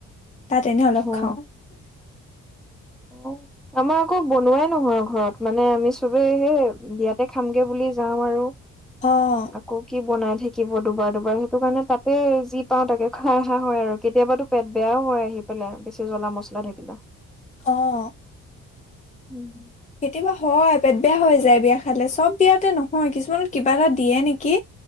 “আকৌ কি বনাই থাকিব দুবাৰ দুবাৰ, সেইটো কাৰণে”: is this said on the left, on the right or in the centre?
Centre